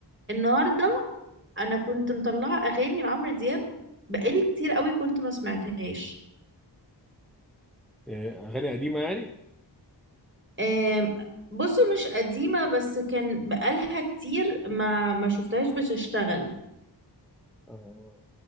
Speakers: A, on the right; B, in the centre.
A: النهارده انا كنت مطلعه اغاني لعمرو دياب بقالي كتير قوي كنت ما سمعتهاش
B: يعني اغاني قديمة يعني
A: آم، بص مش قديمه بس كان بقالها كتير ما ما شفتهاش بتشتغل
B: آه.